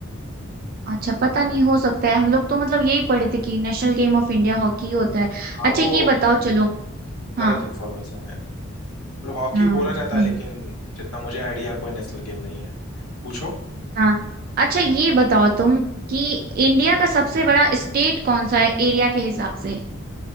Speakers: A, on the right (about 40°); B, on the left (about 85°).
A: अच्छा पता नहीं हो सकता है हम लोग तो मतलब यही पढ़े थे कि national game of India hockey होता है
B: हाँ
A: अच्छा
B: वो
A: ये बताओ चलो हाँ
B: गलत इन्फॉर्मेशन है मतलब हॉकी
A: हाँ
B: बोला जाता
A: फिर-
B: है लेकिन जितना मुझे आइडिया कोई नेशनल गेम नहीं है पूछो
A: हाँ अच्छा ये बताओ तुम कि इंडिया का सबसे बड़ा स्टेट कौन सा है एरिया के हिसाब से